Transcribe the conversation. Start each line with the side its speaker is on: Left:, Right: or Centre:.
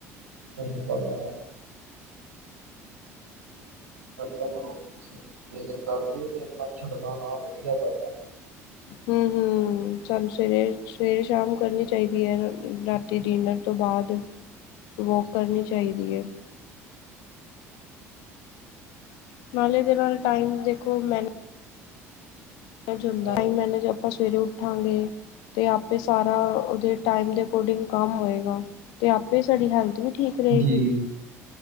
Right: ਸਹੀ ਗੱਲ ਹੈ ਕਰੋ ਤੁਸੀਂ ਕਰਦੇ ਹੋ ਤੇ ਆਪਣਾ ਛੱਡਣਾ ਨਾ ਵਧੀਆ ਕਰਦਾ
Left: ਹਮ ਹਮ ਸਾਨੂੰ ਸਵੇਰੇ ਸਵੇਰੇ ਸ਼ਾਮ ਕਰਨੀ ਚਾਹੀਦੀ ਹੈ ਰਾਤੀ ਅਤੇ ਡਿਨਰ ਤੋਂ ਬਾਅਦ ਵੋਕ ਕਰਨੀ ਚਾਹੀਦੀ ਹੈ। ਨਾਲੇ ਦੇ ਨਾਲ ਟਾਈਮ ਦੇਖੋ ਮੈਨ, <unintelligible>
Right: ਹੈ
Left: ਆਪਾਂ ਸਵੇਰੇ ਉੱਠਾਂਗੇ। ਅਤੇ ਆਪੇ ਸਾਰਾ ਉਹਦੇ ਟਾਈਮ ਦੇ ਅਕੋਡਿੰਗ ਕੰਮ ਹੋਏਗਾ। ਤੇ ਆਪੇ ਸਾਡੀ ਹੈਲਥ ਵੀ ਠੀਕ, ਰਹੇਗੀ
Right: ਜੀ,